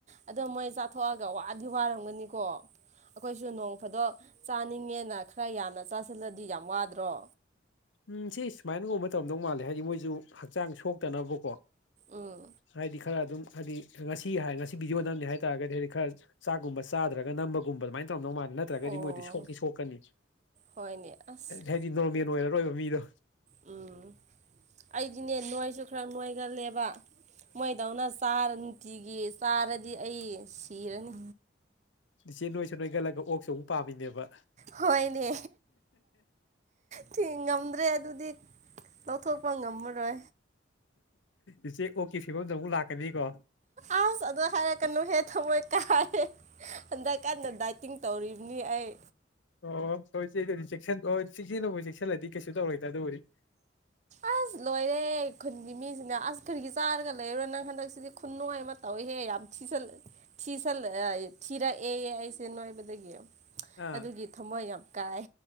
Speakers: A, on the right; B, on the left.
A: ꯑꯗꯣ ꯃꯣꯏ ꯆꯥꯊꯣꯛꯑꯒ ꯋꯥꯗꯤ ꯋꯥꯔꯝꯒꯅꯤꯀꯣ ꯑꯩꯈꯣꯏꯁꯨ ꯅꯣꯡ ꯐꯥꯗꯣꯛ ꯆꯥꯅꯤꯡꯉꯦꯅ ꯈꯔ ꯌꯥꯝꯅ ꯆꯥꯁꯤꯜꯂꯗꯤ ꯌꯥꯝ ꯋꯥꯗ꯭ꯔꯣ
B: ꯎꯝ ꯁꯤ ꯁꯨꯃꯥꯏꯅꯒꯨꯝꯕ ꯇꯧꯗꯧ ꯃꯥꯜꯂꯦ ꯍꯥꯏꯗꯤ ꯃꯣꯏꯁꯨ ꯍꯛꯆꯥꯡ ꯁꯣꯛꯇꯅꯕꯀꯣ
A: ꯎꯝ
B: ꯍꯥꯏꯗꯤ ꯈꯔ ꯑꯗꯨꯝ ꯍꯥꯏꯗꯤ ꯉꯁꯤ ꯍꯥꯏ ꯉꯁꯤ ꯕꯤ ꯌꯣꯟꯅꯕꯅꯤ ꯍꯥꯏꯇꯥꯔꯒꯗꯤ ꯍꯥꯏꯗꯤ ꯈꯔ ꯆꯥꯛꯒꯨꯝꯕ ꯆꯥꯗ꯭ꯔꯒ ꯅꯝꯕꯒꯨꯝꯕ ꯑꯗꯨꯃꯥꯏꯅ ꯇꯧꯅꯧ ꯃꯥꯜꯂꯦ ꯅꯠꯇ꯭ꯔꯒꯗꯤ
A: ꯑꯣ
B: ꯃꯣꯏꯗꯤ ꯁꯣꯛꯅꯤ ꯁꯣꯛꯀꯅꯤ
A: ꯍꯣꯏꯅꯦ ꯑꯁ
B: ꯍꯥꯏꯗꯤ ꯅꯣꯔꯃꯦꯜ ꯑꯣꯏꯔꯔꯣꯏꯕ ꯃꯤꯗꯣ
A: ꯎꯝ ꯑꯩꯗꯤꯅꯦ ꯅꯣꯏꯁꯨ ꯈꯔ ꯅꯣꯏꯒꯜꯂꯦꯕ ꯃꯣꯏꯗꯧꯅ ꯆꯥꯔ ꯅꯨꯡꯇꯤꯒꯤ ꯆꯥꯔꯗꯤ ꯑꯩ ꯁꯤꯔꯅꯤ
B: ꯏꯆꯦ ꯅꯣꯏꯁꯨ ꯅꯣꯏꯒꯠꯂꯒ ꯑꯣꯛꯁꯨ ꯑꯃꯨꯛ ꯄꯥꯝꯃꯤꯅꯦꯕ
A: ꯍꯣꯏꯅꯦ ꯊꯤꯉꯝꯗ꯭ꯔꯦ ꯑꯗꯨꯗꯤ ꯂꯧꯊꯣ ꯄ ꯉꯝꯃꯦ ꯔꯦ
B: ꯏꯆꯦ ꯑꯣꯀꯤ ꯐꯤꯃꯣ ꯑꯃꯨꯛ ꯂꯥꯛꯀꯅꯤꯀꯣ
A: ꯑꯁ ꯑꯗꯨ ꯍꯥꯏꯔꯛꯀꯅꯨꯍꯦ ꯊꯃꯣꯏ ꯀꯥꯏꯔꯦ ꯍꯟꯗꯛ ꯀꯟꯅ ꯗꯥꯏꯇꯤꯡ ꯇꯧꯔꯤꯕꯅꯤ ꯑꯩ
B: ꯑꯣ ꯍꯣꯏ ꯆꯦꯗꯗꯤ ꯆꯦꯛꯁꯤ ꯑꯣ ꯆꯦꯛꯁꯤꯟꯅꯕꯨꯥꯎ ꯆꯦꯛꯁꯤꯜꯂꯗꯤ ꯀꯩꯁꯨ ꯇꯧꯔꯣꯏꯗ ꯑꯗꯨꯕꯨꯗꯤ <inaudible>
A: ꯑꯁ ꯂꯣꯏꯔꯦ ꯈꯨꯟꯒꯤ ꯃꯤꯁꯤꯡꯅ ꯑꯁ ꯈꯨꯔꯒꯤ ꯆꯥꯔꯒ ꯂꯩꯔꯣꯏ ꯅꯪ ꯍꯟꯗꯛꯁꯤꯗꯤ ꯈꯨꯟꯣꯏ ꯑꯃ ꯇꯧꯏꯍꯦ ꯌꯥꯝ ꯊ ꯆ ꯊꯤ ꯆꯜ ꯊꯤꯔ ꯑꯦꯁꯦ ꯅꯕꯗꯒ
B: ꯑꯥ
A: ꯑꯗꯨꯒꯤ ꯊꯃꯣꯏ ꯌꯥꯝ ꯀꯥꯏ